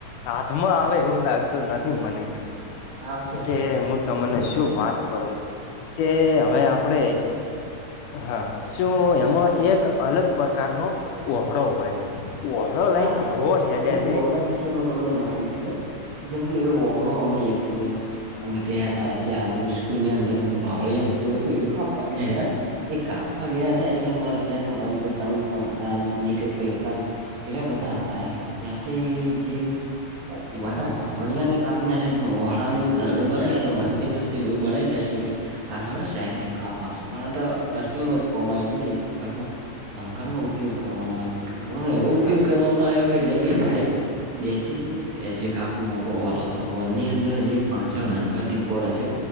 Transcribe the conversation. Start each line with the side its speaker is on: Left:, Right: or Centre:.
Left: એ હાથમાં આવે એવું લાગતું નથી મને
Right: આવશે આવશે
Left: કે હું તમને શું વાત કરું કે હવે
Right: હા
Left: આપણેે હા શું એમાં એક અલગ પ્રકારનો ઓહોળો હોય છે ઓહો ઘડો લઈ
Right: હા
Left: એવો હેડે
Right: એ
Left: છે.
Right: વહોડા વિશે <unintelligible> તમને માહિતી હાલ જેમ કે એ વહોળો અમે એક અમે અમે ગયા તા ત્યાં સ્કૂલ ની અંદર અમે બાવળીને બધું હતું કા ગયા તા એ કાપવા ગયા હતા એટલે અમારે ત્યાં તવલભાઈ ત પણ હતા જીગર ભાઈ હતા એ બધા હતા ત્યાં તે જે ધા વાાવળિયા ને કાપી ના છે પણ ઓળા એવું ઝડું બના ગયા તો મસ્તી મસ્તી એવું બનાવી નાખ્યું કે અરે ઓ સાહેબ ને કામ આવશે પણ આ તો અસલીમત કોવામાં આવી ગય છે લર લંગર નો ઉપયોગ કરવામાં આવ્યો કો એવો ઉપયોગ
Left: હા
Right: કરવામાં
Left: હા
Right: આવ્યો કે જેમ કે સાહેબ બેન્ચીસ ની જે એક આપણો મોટો વલ હતો વોલ ની અંદર જે પાંચ લકર ની ઉપર્યો